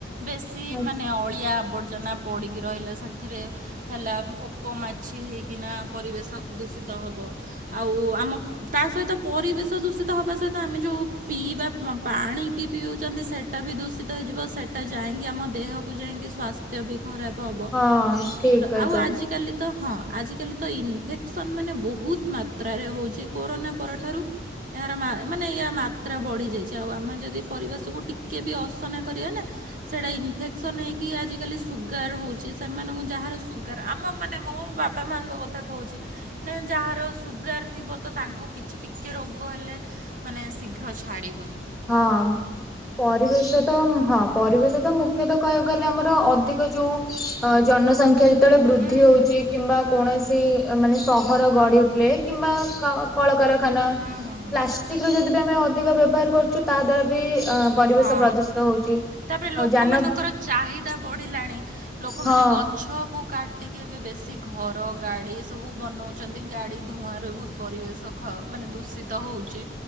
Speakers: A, on the right; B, in the centre.
A: ବେଶୀ
B: ହଁ
A: ମାନେ ଅଳିଆ ଆବର୍ଜନା। ପଡ଼ିିକି ରହିଲେ ସେଥିରେ ହେଲା ପୋକ ମାଛି ହେଇକିନା ପରିବେଶ ଦୂଷିତ ହେବ ଆଉ ଆମ ତା ସହିତ ପରିବେଶ ଦୂଷିତ ହେବା ସହିତ ଆମେ ଜଉ ପାଣି ପିଇ ପିଇଉଛନ୍ତି ସେଇଟା ବି ଦୂଷିତ ହେଇଯିବ ସେଇଟା ଯାଇକି ଆମ ଦେହକୁ ଯାଇକି ସ୍ୱାସ୍ଥ୍ୟ ବି ଖରାପ ହବ
B: ହଁ ଠିକ କହିଛ
A: ଆଉ ଆଜିିକାଲି ତ ହଁ। କଲି ତ ଇ ଫେକ୍ସନ୍ ମାନେ ବହୁତ ମାତ୍ର ଯାତ୍ରାରେ ହଉଛି କୋରୋନା ପରଠାରୁ ଏହାର ମା ମାନେ ୟା ମା ମାତ୍ରା ବଢ଼ିଯାଇଛି ଆଉ ଆମେ ଯଦି ପରିବେଶକୁ ଟିକିଏ ବି ଅସନା କରିବା ନା ସେଇଟା ଇନଫେକ୍ସନ୍ ହେଇକି ଆଜିକାଲି ସୁଗାର ହଉଛି ସେମାନଙ୍କୁ ଯାହାର ସୁଗାର ଆମ ମାନେ ମୋ ବାପା ମାଙ୍କ କଥା କହୁଛି ମାନ ଯାହାର ସୁଗାର ଥିବ ତ ତାଙ୍କୁ କିଛି ଟିକେ ରୋଗ ହେଲେ ମାନେ ଘ୍ର ଛାଡ଼ିି
B: ହଁ ପରିବେଶ ତ ହଁ ପରିବେଶ ତ ମୁ ମୁଖ୍ୟତଃ କହିବାକୁ ଗଲେ ଆମର ଅଧିକ ଯୋଉ ଅ ଜନସଂଖ୍ୟା ଯେତେବେଳେ ବୃଦ୍ଧି
A: ହୁଁ
B: ହଉଛି
A: ହୁଁ ହୁଁ
B: କିମ୍ବା କୌଣସି ମାନେ ସହର ଗଡି ଉଠିଲେ କିମ୍ବା କଳକାର ଖାନ
A: ହୁଁ ହୁଁ ହୁଁ
B: ପ୍ଲାଷ୍ଟିକ ର ବି ଯଦି ଆମେ ଅ ଅଧିକ ବ୍ୟବହାର କର ତାହା ଦ୍ୱାରା ବି ପରିବେଶ
A: ହଁ
B: ପ୍ରଦୂଷିତ ହଉଛି।
A: ତାପରେ ଲୋକମାନାନଙ୍କର
B: ଆଉ ଯାନ
A: ଚାହିଦା ବଢିଲାଣି ଲୋକମାନେ
B: ହଁ
A: ଗଛ କୁ କାଟିକି ଏବେ ବେଶୀ ଘର ଗାଡି ସବୁ ବନଉଛି ନ୍ତି ଗାଡି ଧୂଆଁ ର ବହୁତ ପରିବେଶ ମାନେ ଦୂଷିତ ହୋଉଚି।